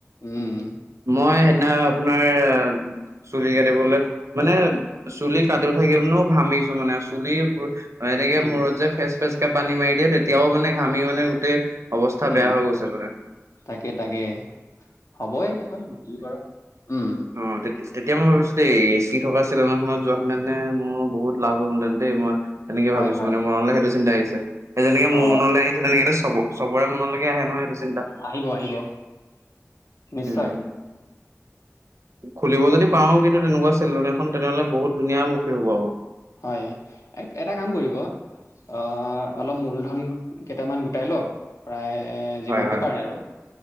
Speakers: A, on the left (about 70°); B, on the right (about 65°).
A: উম।
B: মই সেইদিনা আপোনাৰ, চুলি কাটিবলে মানে চুলি কাটিও থাকিব নো ঘামিছো মানে চুলি এনেকে
A: উম
B: মূৰত যে ফেচ- ফেঁচ কে পানী মাৰি দিয়ে তেতিয়াও মানে ঘামি মানে গোটেই অৱস্থা
A: উম
B: বেয়া হৈ গৈছে মানে।
A: তাকে তাকে হ'বই এখন যি কৰ, উম।
B: অঁ, তে তেতিয়া মই ভাবিছো দে এচি থকা চেলুন এখনত যোৱা হলে মোৰ বহুত লাভ হ'লঁ হেতেন দেই, মই তেনেকে
A: হয়
B: ভাবিছো
A: হয়
B: মানে মনলৈ সেইটো চিন্তা আহিছে। সেই যেনেকে মোৰ
A: অ
B: মনলৈ আহিছে তেনেকেতো চব চবৰে মনলৈকে আহে নহয় সেইটো চিন্তা।
A: আহিব আহিব, নিশ্চয়।
B: উম খুলিব যদি
A: এ
B: পাওঁ কিন্তু তেনেকুৱা চেলুন এখন তেনেহ'লে বহুত ধুনীয়া বক হব আকৌ।
A: হয়, এটা কাম কৰিব? অঁ, অলপ মূলধন কেইটামান গোটাই লওঁক প্ৰায়- এ যিমানতটো
B: হয় হয়
A: পাৰে আৰু